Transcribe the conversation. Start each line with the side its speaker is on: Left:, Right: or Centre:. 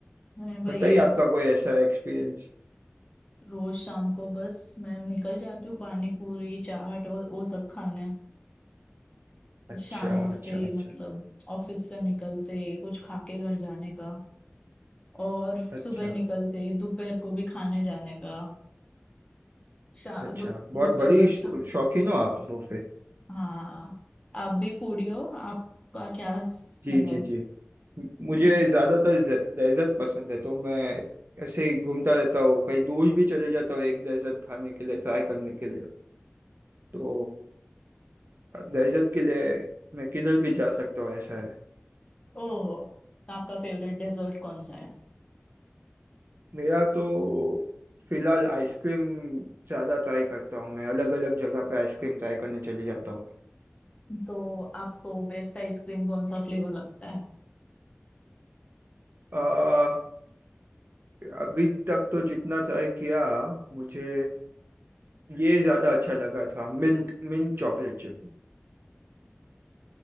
Left: मैं वही
Right: बताइए आपका कोई ऐसा एक्सपीरियंस
Left: रोज शाम को बस मैं निकल जाती हूँ पानी पूरी चाट वो, वो सब खाने
Right: अच्छा
Left: शाम उठते
Right: अच्छा
Left: ही
Right: अच्छा
Left: मतलब ऑफिस से निकलते ही कुछ खा के घर जाने का और
Right: अच्छा
Left: सुबह निकलते ही दोपहर को भी खाने जाने का शा
Right: अच्छा
Left: दो-
Right: बहुत
Left: दोपहर
Right: बड़ी
Left: को अच्छा
Right: शौ- शौकीन हो आप सोफे
Left: हाँ आप भी फूडी हो आपका क्या
Right: जी
Left: मतलब
Right: जी जी म- मुझे
Left: हम्म
Right: ज्यादातर डेजर्ट पसंद है तो मैं ऐसे ही घूमता रहता हूँ कहीं दूर भी चले जाता हूँ एक डेजर्ट खाने के लिए ट्राई करने के लिए तो डेजर्ट के लिए मैं किधर भी जा सकता हूँ ऐसा है
Left: ओह तो आपका फेवरेट डेजर्ट कौन सा है
Right: मेरा तो फिलहाल आइसक्रीम ज़्यादा ट्राई करता हूँ मैं अलग अलग जगह पे आइसक्रीम ट्राई करने चले जाता हूँ
Left: तो आपको बेस्ट आइसक्रीम कौन सा फ्लेवर लगता है
Right: आ, अभी तक तो जितना ट्राई किया मुझे ये ज़्यादा अच्छा लगा था मिंट मिंट चॉकलेट चिप